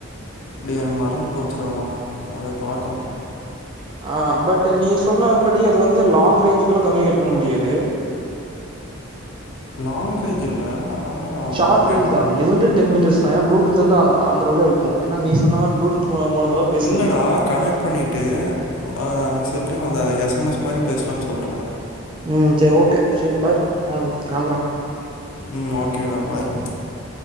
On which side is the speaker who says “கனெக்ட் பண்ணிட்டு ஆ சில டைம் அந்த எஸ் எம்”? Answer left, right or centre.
Left